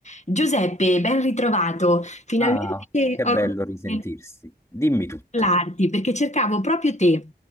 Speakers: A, on the left; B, on the left.
A: Giuseppe, ben ritrovato. Finalmente
B: Ah, che
A: ho
B: bello risentirsi.
A: potuto
B: Dimmi tutto.
A: parlarti perché cercavo proprio te.